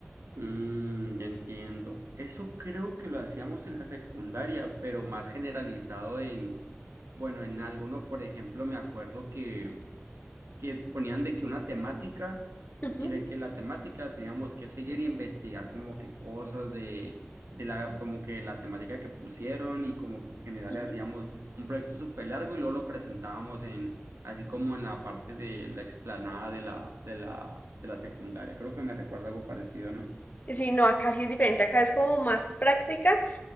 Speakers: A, on the right; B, on the left.
A: Mm, ya entiendo. Eso creo que lo hacíamos en la secundaria, pero más generalizado en, bueno, en algo, ¿no? Por ejemplo, me acuerdo que que ponían de que una temática
B: Ujú,
A: y de que la temática teníamos que seguir y investigar como que cosas de, de la, como que la temática que pusieron y como que en general
B: ujú.
A: le hacíamos un proyecto súper largo y luego lo presentábamos en, así como en la parte de la explanada de la, de la, de la secundaria. Creo que me recuerda algo parecido, ¿no?
B: Y Sí, no, acá sí es diferente, acá es como más práctica